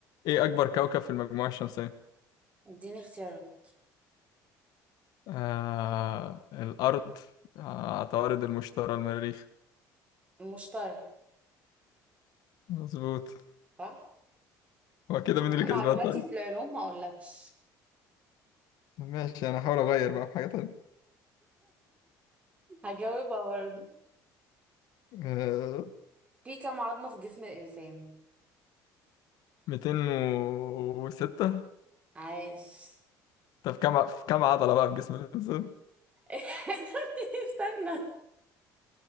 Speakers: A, on the left (about 65°); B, on the right (about 20°).
A: ايه اكبر كوكب في المجموعة الشمسية
B: اديني اختيارات
A: آه... الارض آه... عطارد المشتري المريخ
B: المشتري
A: مظبوط
B: صح
A: هو كده
B: انا
A: مين اللي كسبان
B: معلوماتي
A: طيب
B: في العلوم ما اقولكش
A: ماشي انا هحاول اغير بقى في حاجة
B: هجاوبها برضه
A: تانية
B: في كم عظمة في جسم الانسان
A: ميتين وستة
B: عاش
A: طب كم في كم عضلة بقى في جسم الإنسان؟
B: <laughs> استنى